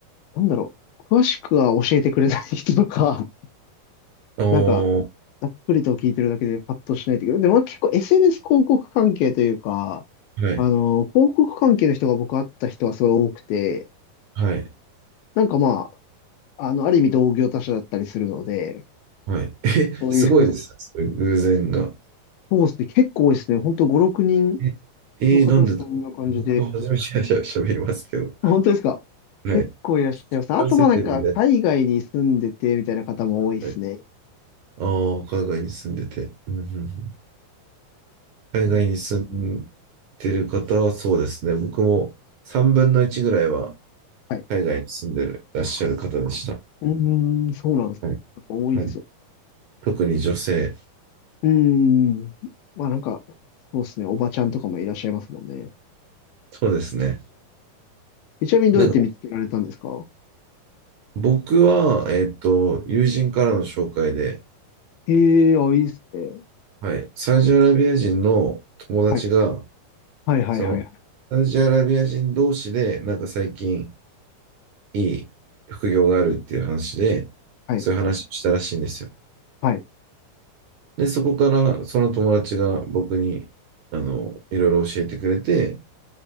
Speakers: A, on the left; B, on the right.
A: なんだろう。詳しくは教えてくれない人とか、
B: お
A: なんか、
B: ー
A: ざっくりと聞いてるだけでパッとしないといけない。でも結構 SNS 広告関係というか、
B: はい、
A: あの、広告関係の人が僕会った人はすごい多くて、
B: はい、
A: なんかまあ、あの、ある意味同業他社だったりするので、
B: はい。え、
A: そういう
B: すごいですね。それ偶然が。
A: <laughs> コースで結構多いですね。ほんと5、6人
B: え、
A: の方そんな感じで。
B: えーなんでだろう僕は初めてしゃべりますけど。
A: 本当ですか結構いらっしゃいます。
B: はい。
A: あとまあなんか海外に住んでてみたいな方も多いですね。
B: 男性ってるんで。はい。ああ、海外に住んでて。うんうんうん海外に住ん
A: うん
B: でる方はそうですね。僕も3分の1ぐらいは
A: はい。
B: 海外に住んでる、いらっしゃる方でした。
A: うーん、そうなんです。
B: はい。
A: やっぱ多いっすね
B: はい。特に女性。
A: うーん。まあなんか、そうですね。おばちゃんとかもいらっしゃいますもんね。
B: そうですね。
A: えちなみにどうやって見つけられたんですか
B: なんか僕は、えっと、友人からの紹介で、
A: ええー、あ、いいですね。
B: はい。サウジアラビア人の友達が、
A: はい。はいはいはいはい。
B: その、サウジアラビア人同士で、なんか最近いい副業があるっていう話で、
A: はい。
B: そういう話をしたらしいんですよ。
A: はい。
B: で、そこからその友達が僕に、あの、いろいろ教えてくれて、